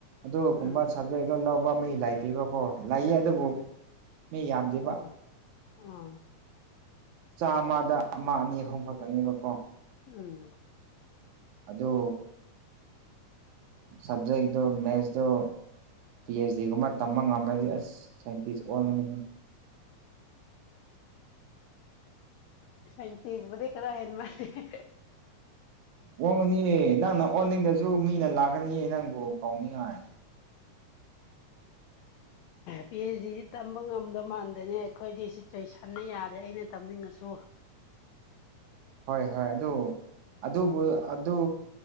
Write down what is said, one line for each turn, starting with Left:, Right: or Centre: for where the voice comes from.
Right: ꯑꯗꯨꯒꯨꯝꯕ
Left: ꯎꯝ
Right: ꯁꯕꯖꯦꯛ ꯑꯗꯨꯣ ꯂꯧꯕ ꯃꯤ ꯂꯩꯇꯦꯕꯀꯣ ꯂꯩꯌꯦ ꯑꯗꯨꯕꯨ ꯃꯤ ꯌꯥꯝꯗꯦꯕ
Left: ꯑꯣ ꯑꯥ
Right: ꯆꯥꯃꯗ ꯑꯃ ꯑꯅꯤ ꯑꯍꯨꯝ ꯈꯛꯛꯇꯅꯦꯕꯀꯣ
Left: ꯎꯝ
Right: ꯑꯗꯨ ꯁꯕꯖꯦꯛꯗꯨ ꯃꯦꯊꯁꯗꯨ ꯄꯤ ꯑꯩꯆ ꯗꯤꯒꯨꯝꯕ ꯇꯝꯕ ꯉꯝꯂꯗꯤ ꯑꯁ ꯁꯥꯏꯟꯇꯤꯁ ꯑꯣꯟꯒꯅꯤ
Left: ꯁꯥꯏꯟꯇꯖꯕꯨꯗꯤ ꯈꯔ ꯍꯦꯟ ꯃꯥꯜꯜꯂꯤꯦ
Right: ꯑꯣꯡꯉꯅꯤꯌꯦ ꯅꯪꯅ ꯑꯣꯟꯅꯤꯡꯗꯁꯨ ꯃꯤꯅ ꯂꯥꯛꯀꯅꯤꯌꯦ ꯅꯪꯕꯨ ꯀꯧꯅꯤꯡꯉꯥꯏ ꯎꯝ
Left: ꯄꯤ ꯑꯩꯆ ꯗꯤ ꯇꯝꯕ ꯉꯝꯗꯧ ꯃꯥꯟꯗꯅꯦ ꯑꯩꯈꯣꯏꯗꯤ ꯁꯤꯆꯨꯋꯦꯁꯟꯅ ꯌꯥꯗꯦ ꯑꯩꯅ ꯇꯝꯅꯤꯡꯉꯥꯁꯨ
Right: ꯍꯣꯏ-ꯍꯣꯏ ꯑꯗꯨ-ꯑꯗꯨꯕꯨ-ꯑꯗꯨ